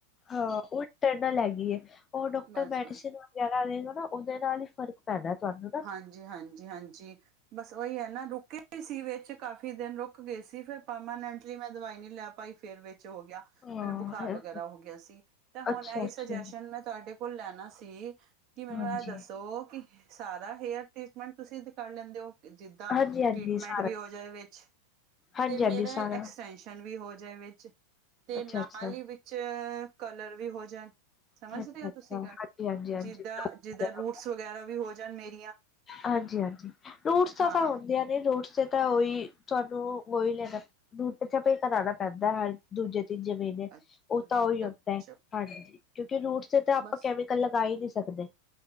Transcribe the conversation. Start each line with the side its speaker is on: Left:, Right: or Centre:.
Left: ਹਾਂ ਉਹ ਇੰਟਰਨਲ ਹੈਗੀ ਹੈ। ਉਹ ਡੌਕਟਰ
Right: ਬਸ
Left: ਮੈਡੀਸਿਨ
Right: ਬਸ
Left: ਵਗੈਰਾ ਦਏਗਾ ਨਾ, ਉਹਦੇ ਨਾਲ ਹੀ ਫਰਕ ਪੈਣਾ ਐ ਤੁਆਨੂੰ ਨਾ
Right: ਹਾਂਜੀ ਹਾਂਜੀ ਹਾਂਜੀ ਬਸ ਉਈ ਐ ਨਾ। ਰੁਕੇ ਈ ਸੀ ਵਿਚ ਕਾਫੀ ਦਿਨ ਰੁੱਕ ਗਏ ਸੀ ਫਿਰ ਪਰਮਾਨੈਂਟਲੀ, ਮੈਂ ਦਵਾਈ ਨੀ ਲੈ ਪਾਈ ਫਿਰ ਵਿਚ ਹੋ ਗਿਆ।
Left: ਹਾਂ
Right: ਮੈਨੂੰ ਬੁਖਾਰ ਵਗੈਰਾ ਹੋ ਗਿਆ ਸੀ। ਤੇ ਹੁਣ
Left: ਅੱਛਾ
Right: ਐਈ
Left: ਅੱਛਾ
Right: ਸਜੈਸ਼ਨ ਮੈ ਤੁਆਡੇ ਕੋਲੋ ਲੈਣਾ ਸੀ, ਕਿ ਮੈਨੂੰ
Left: ਹਾਂਜੀ
Right: ਇਹ ਦੱਸੋ ਕਿ ਸਾਰਾ ਹੇਅਰ ਤੇ ਮੈਂਟ ਤੁਸੀ ਤ ਕਰ ਲੈਦੇ ਓ, ਜਿਦਾਂ
Left: ਹਾਂਜੀ ਹਾਂਜੀ
Right: ਟ੍ਰੀਟਮੈਂਟ
Left: ਸਾਰਾ
Right: ਵੀ ਹੋ ਜਾਏ ਵਿਚ
Left: ਹਾਂਜੀ
Right: ਤੇ ਮੇਰਾ
Left: ਹਾਂਜੀ ਸਾਰਾ
Right: ਐਕਸਟੈਂਸ਼ ਨ ਵੀ ਹੋ ਜਾਏ ਵਿਚ, ਤੇ
Left: ਅੱਛਾ
Right: ਨਾਲ
Left: ਅੱਛਾ
Right: ਈ ਵਿਚ ਕਲਰ ਵੀ ਹੋ ਜਾਣ।
Left: ਅੱਛਾ
Right: ਸਮਝ ਰੇ ਓ
Left: ਅੱਛਾ
Right: ਤੁਸੀ ਗੱਲ।
Left: ਹਾਂਜੀ ਹਾਂਜੀ
Right: ਜਿਦਾਂ
Left: ਹਾਂਜੀ
Right: ਜਿਦਾਂ ਰੂਟਸ ਵਗੈਰਾ ਵੀ ਹੋ ਜਾਣ ਮੇਰੀ
Left: ਹਾਂਜੀ ਹਾਂਜੀ ਰੂਟਸ ਦਾ
Right: ਹਾਂ
Left: ਤਾਂ ਹੁਨ ਨਈ ਰੁਟਸ ਤੇ ਤਾਂ ਉਈ ਤੁਹਾਨੂੰ ਉਈ ਲੈਣਾ ਰੂਟ ਪੇਚਅਪ ਈ ਕਰਾਣਾ ਪੈਂਦਾ, ਹਰ ਦੂਜੇ ਤੀਜੇ ਮੀਨ ਨੇ।
Right: ਅੱਛਾ
Left: ਉਹ ਤਾਂ
Right: ਰੂਟਪ
Left: ਉਈ ਹੁੰਦਾ ਐ।
Right: ਚਪ
Left: ਹਾਂਜੀ, ਕਿਉਕਿ ਰੂਟਸ ਤੇ ਤਾਂ ਆਪਾ
Right: ਬਸ
Left: ਕੈਮੀਕਲ ਲਗਾ ਈ ਨੀ ਸਕਦੇ।